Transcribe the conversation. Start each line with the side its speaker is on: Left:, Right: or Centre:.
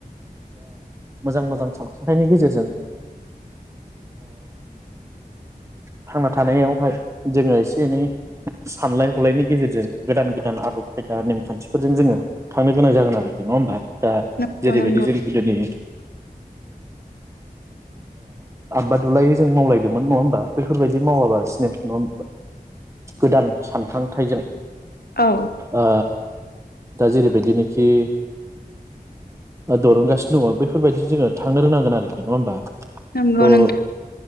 Right: मोजां मोजां सानसुंथाइनि गेजेरजों थांना थानायावहाय जोङो एसे एनै सानलाय हलायनायनि गेजेरजों गोदान गोदान आदब खायदा नेमखान्थि फोरजों जोङो थांनो गोनां जागोन आरोखि नङा होमबा दा
Left: नंगौ
Right: जेरैबायदि
Left: नंगौ
Right: जों गोदोनि आबादलाय जों मावलायदोंमोन नंङा होमबा बेफोरबायदि मावााबलासिनो न गोदान सानखांथायाइजों
Left: औ
Right: ओ दा जेरैबायदि नाखि दिरुंगासिनो दङ बैफोरबायदि जोंङो थांनो रोंनांगोन आरोखि नंङा होमबा
Left: नंगौा
Right: थ'
Left: नोंथां